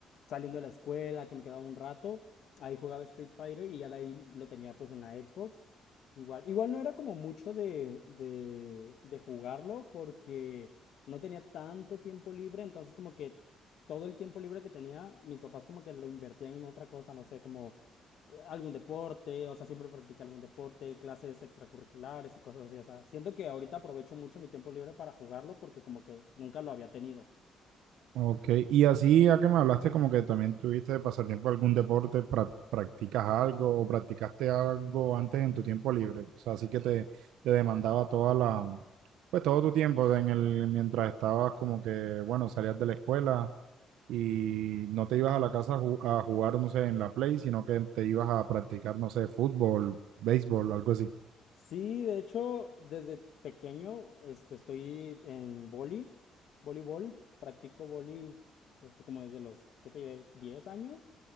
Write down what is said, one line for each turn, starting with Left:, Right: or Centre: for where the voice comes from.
Left: saliendo de la escuela, que me quedaba un rato, ahí jugaba Street Fighter y ya de ahí lo tenía pues en la Xbox. Igual, igual no era como mucho de, de, de jugarlo porque no tenía tanto tiempo libre, entonces como que todo el tiempo libre que tenía, mis papás como que lo invertían en otra cosa, no sé, como algún deporte, o sea, siempre practiqué algún deporte, clases extracurriculares y cosas así, o sea, siento que ahorita aprovecho mucho mi tiempo libre para jugarlo porque como que nunca lo había tenido.
Right: Ok, y así ya que me hablaste como que también tuviste de pasatiempo algún deporte, pra- practicas algo o practicaste algo antes en tu tiempo libre, o sea, así que te, te demandaba toda la, pues todo tu tiempo en el, mientras estabas como que, bueno, salías de la escuela y no te ibas a la casa a, ju- a jugar, no sé, en la play, sino que te ibas a practicar, no sé, fútbol, béisbol, algo así.
Left: Sí, de hecho, desde pequeño, este, estoy en vóley, voleibol, practico vóley, este, como desde los, ¿qué te diré? 10 años.